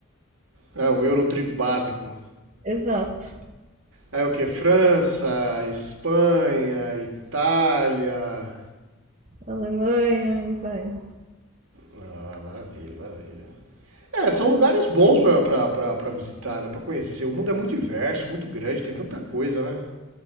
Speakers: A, on the right; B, on the right.
A: É, o Eurotrip básico.
B: Exato.
A: É o quê? França, Espanha, Itália.
B: Alemanha e vai.
A: Ah, maravilha, maravilha. É, são lugares bons pra, pra, pra, pra visitar, né? Pra conhecer. O mundo é muito diverso, muito grande, tem tanta coisa, né?